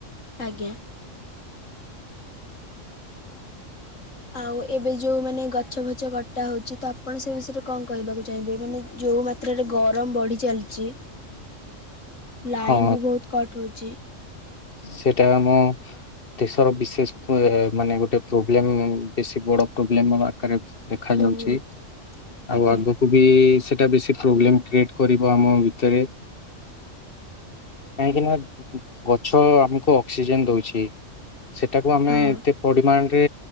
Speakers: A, on the left (about 75°); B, on the left (about 45°).
A: ଆଜ୍ଞା। ଆଉ ଏବେ ଯୋଉ ମାନେ ଗଛ ଫଛ କଟା ହଉଛି ତ ଆପଣ ସେ ବିଷୟରେ କଣ କହିବାକୁ ଚାହିଁବେ ମାନେ ଯେଉଁ ମାତ୍ରାରେ ଗରମ ବଢ଼ି ଚାଲିଛି। ଲାଇନ୍
B: ହଁ
A: ବି ବହୁତ କଟ ହଉଛି।
B: ସେଇଟା ଆମ ଦେଶର ବିଶେଷ ମାନେ ଗୋଟେ ପ୍ରୋବ୍ଲେମ ବେଶୀ ବଡ ପ୍ରୋବ୍ଲେମ ଦେଖା
A: ବହୁତ
B: ଯାଉଛି ଆଉ
A: ଆଜ୍ଞା
B: ଆଗକୁ ବି ସେଟା ବେଶୀ ପ୍ରୋବ୍ଲେମ କ୍ରିଏଟ କର ଆମ ଭିତରେ କାହିଁକି ନା। ଗଛ ଆମକୁ ଅକ୍ସିଜେନ ଦଉଛି ସେଟାକୁ ଆମେ
A: ହଁ
B: ଏତେ ପରିମାଣରେ